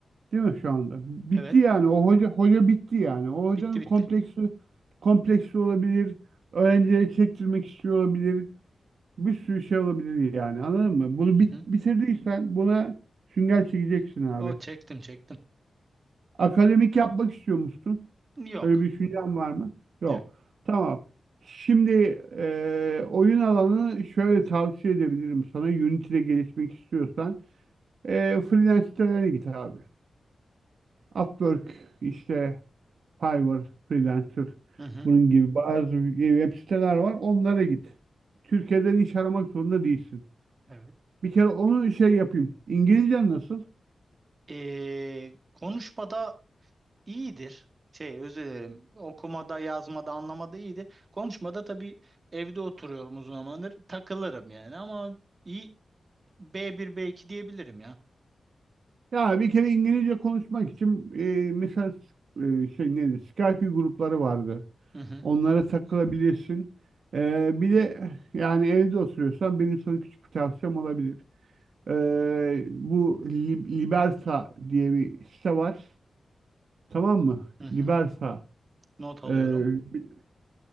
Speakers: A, on the right (about 75°); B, on the right (about 40°).
A: Değil mi şu anda? Bitti
B: Evet,
A: yani. O hoca, hoca bitti yani. O hocanın
B: bitti bitti.
A: kompleksi, kompleksi olabilir. Öğrencileri çektirmek istiyor olabilir. Bir sürü şey olabilir yani. Anladın mı? Bunu
B: Hı hı.
A: bit- bitirdiysen buna sünger çekeceksin abi.
B: O çektim çektim.
A: Akademik yapmak istiyor musun?
B: Yok.
A: Öyle bir düşüncen var mı? Yok.
B: Yok.
A: Tamam. Şimdi eee, oyun alanını şöyle tavsiye edebilirim sana. Unity'de gelişmek istiyorsan. Eee freelance sitelerine git abi. Upwork, işte Fiverr, Freelancer
B: Hı hı.
A: bunun gibi bazı web siteler var. Onlara git. Türkiye'den iş aramak zorunda değilsin.
B: Evet.
A: Bir kere onu şey yapayım. İngilizcen nasıl?
B: Ee, konuşmada iyidir. Şey özür dilerim. Okumada, yazmada, anlamada iyidir. Konuşmada tabii evde oturuyorum uzun zamandır. Takılırım yani ama iyi B1 B2 diyebilirim ya.
A: Ya bir kere İngilizce konuşmak için eee mesela eee, şey neydi? Skype grupları vardı.
B: Hı hı.
A: Onlara takılabilirsin. Ee, bir de yani evde oturuyorsan benim sana küçük bir tavsiyem olabilir. Ee, bu Li- Liberta diye bir site var. Tamam mı?
B: Hı hı.
A: Liberta.
B: Not alıyorum.
A: Ee, bi-